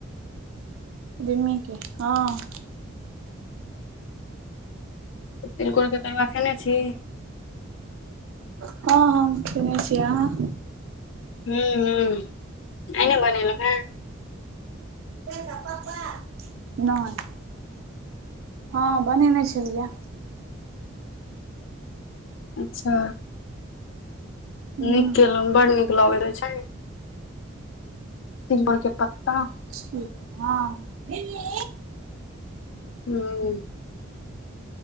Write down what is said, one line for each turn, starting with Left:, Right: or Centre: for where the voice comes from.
Right: दिमी के हँ
Left: तिलकोर के तरुआ खेने छी।
Right: हँ - हँ हम खेनेै छिय, अहाँ
Left: है -हव आई नै बनेलहुँ हैं।
Right: चेल जाऊ पापा नई हँ बनेनै छलियै।
Left: अच्छा
Right: हूँ
Left: नीक केलहुँं बड नीक लगैत अछि। तिलकोर के पत्ता
Right: ठीक हँ मिमी
Left: हूँ